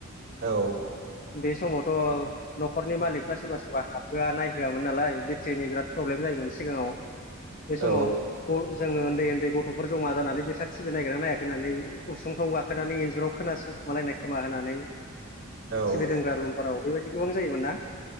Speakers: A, on the right; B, on the left.
A: औ
B: बे समावथ' न'खरनि मालिकफ्रा सोरबा सोरबा हाबहोआ नायहोआमोन नालाय बे थ्रिनि बेराद प्रब्लेम जायोमोन सिगाङाव बे समाव
A: औ
B: जोङो उन्दै उन्दै गथ'फोर जमा जानानै बेसाद टिभि नायगोना नायाखै होननानै उसुंफ्राव गाखोनानै इन्जुराव खोनासं खोमालायनाय खोमा होनानै
A: औ
B: टि भि दोनग्रा रुमफोराव बेबायदि गोबां जायोमोन ना।